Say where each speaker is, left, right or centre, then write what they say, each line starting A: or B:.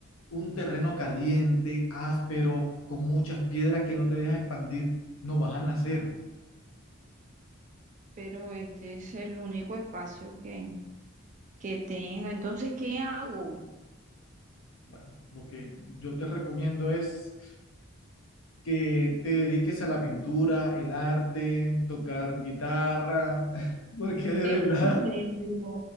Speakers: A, on the left; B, on the right.
A: un terreno caliente, áspero, con muchas piedras que no te deja expandir, no vas a nacer.
B: pero este es el único espacio que, que tengo. Entonces, ¿qué hago?
A: Bueno, lo que yo te recomiendo es que te dediques a la pintura, el arte, tocar guitarra, <laughs> porque de
B: ¿Eh?
A: verdad
B: ¿En serio?